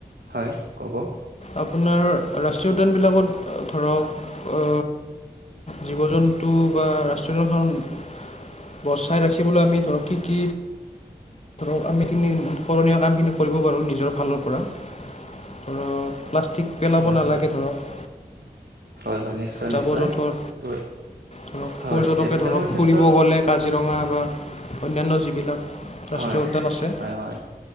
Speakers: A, on the right; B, on the left.
A: হয় ক'ব,
B: আপোনাৰ ৰাষ্ট্ৰীয় উদ্যানবিলাক ধৰোক অ, জীৱ জন টো বা ৰাষ্ট্ৰীয় উদ্যান খন বচাই ৰাখিবলৈ আমি ধৰক কি কি ধৰক আমিখিনি কৰণীয় কামখিনি কৰিব পাৰোঁ নিজৰ ফালৰ পৰা। ধৰক, প্লাষ্টিক পেলাব
A: হয়
B: নালাগে,
A: হয়
B: ধৰক।
A: হয়, হয়, নিশ্চয়,
B: জাবৰ
A: নিশ্চয়,
B: জোঁথৰ
A: ত
B: ধৰক,
A: হয়
B: পৰ্যটকে,
A: এইবিলাকৰ
B: ধৰক,
A: ক্ষেত্ৰত
B: ফুৰিব গ'লে, কাজিৰঙা বা অন্যান্য যিবিলাক ৰাষ্ট্ৰীয়
A: হয়
B: উদ্যান আছে।
A: হয় হয়